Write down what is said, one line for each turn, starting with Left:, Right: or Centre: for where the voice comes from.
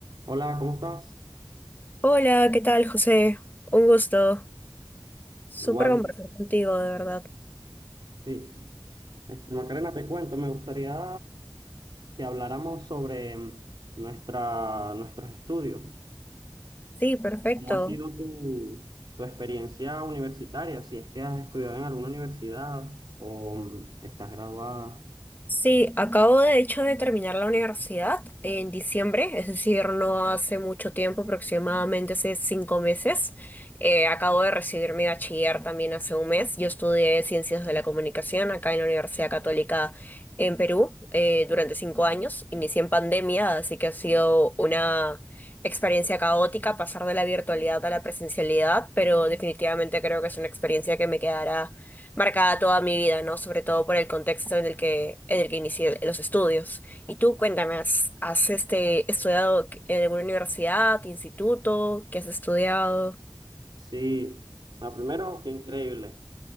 Right: Hola, ¿cómo estás?
Left: Hola, ¿qué tal, José? Un gusto. Súper
Right: Igual,
Left: conversar contigo, de verdad.
Right: sí. Este, Macarena, te cuento, me gustaría que habláramos sobre mm, nuestra, nuestros estudios.
Left: Sí, perfecto.
Right: ¿Cómo ha sido tu, tu experiencia universitaria? Si es que has estudiado en alguna universidad o mm, estás graduada.
Left: Sí, acabo de hecho de terminar la universidad en diciembre, es decir, no hace mucho tiempo, aproximadamente hace cinco meses. Eh, acabo de recibir mi bachiller también hace un mes. Yo estudié Ciencias de la Comunicación acá en la Universidad Católica en Perú eh, durante cinco años. Inicié en pandemia, así que ha sido una experiencia caótica pasar de la virtualidad a la presencialidad, pero definitivamente creo que es una experiencia que me quedará marcada toda mi vida, ¿no? Sobre todo por el contexto en el que, en el que inicié los estudios. Y tú, cuéntame, ¿has, has, este, estudiado en alguna universidad, instituto? ¿Qué has estudiado?
Right: Sí. Ah, primero, qué increíble.